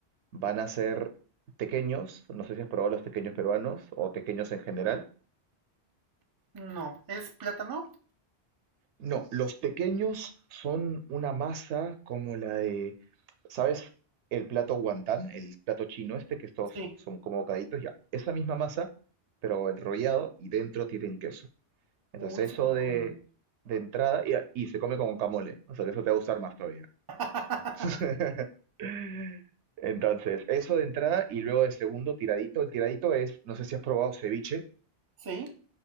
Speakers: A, on the right; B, on the right.
A: Van a ser tequeños, no sé si has probado los tequeños peruanos o tequeños en general.
B: No. ¿Es plátano?
A: No, los tequeños son una masa como la de, ¿sabes? El plato guantán, el plato chino este, que estos
B: Sí.
A: son como bocaditos, ya. Esa misma masa, pero enrollado y dentro tienen queso. Entonces
B: Uy, suena
A: eso de,
B: muy bien.
A: de entrada y, y se come con guacamole, o sea que eso te va a gustar más todavía.
B: <laughs>
A: <laughs> Entonces, eso de entrada y luego de segundo, tiradito. El tiradito es, no sé si has probado ceviche.
B: Sí.